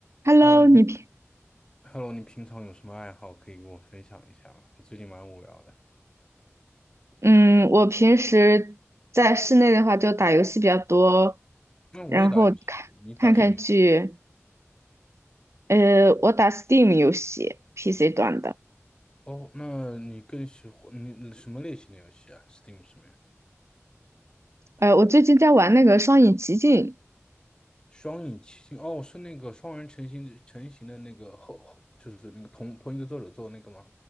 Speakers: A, on the right; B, on the left.
A: Hello，
B: 呃
A: 你平
B: ，Hello，你平常有什么爱好可以跟我分享一下吗？我最近蛮无聊的。
A: 嗯，我平时在室内的话就打游戏比较多，
B: 那我也打游戏，
A: 然后看看看剧。
B: 你打什么游戏啊？
A: 呃，我打 Steam 游戏，PC 端的。
B: 哦，那你更喜欢你你什么类型的游戏啊？Steam 上面
A: 呃，我最近在玩那个《双影奇境》。
B: 双影奇境哦，是那个双人成型成型的那个后后，就是那个同同一个作者做的那个吗？